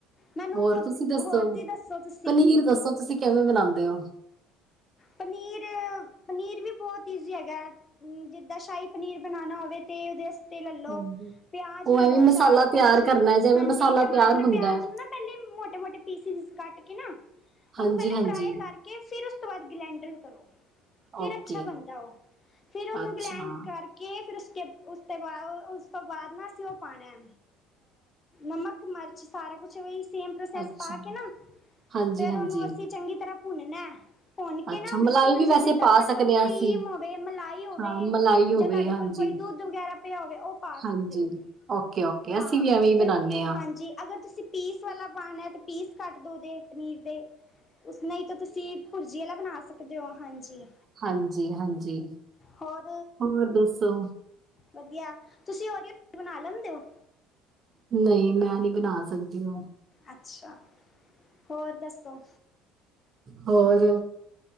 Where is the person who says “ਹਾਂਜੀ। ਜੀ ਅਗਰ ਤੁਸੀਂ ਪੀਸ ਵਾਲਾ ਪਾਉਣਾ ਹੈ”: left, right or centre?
Left